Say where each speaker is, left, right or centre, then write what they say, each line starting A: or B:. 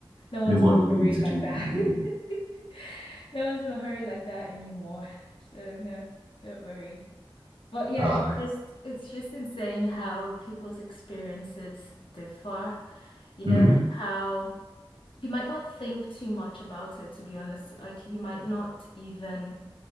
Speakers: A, on the left; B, on the right.
A: No one's
B: Nobody's
A: in a
B: willing
A: hurry
B: to
A: like
B: do
A: that.
B: that, really.
A: <laughs> No one's in a hurry like that anymore. So no, don't worry. But yeah,
B: Uh,
A: it's just it's just insane how people's experiences differ. You
B: hmm
A: know, like how you might not think too much about it, to be honest. Like you might not even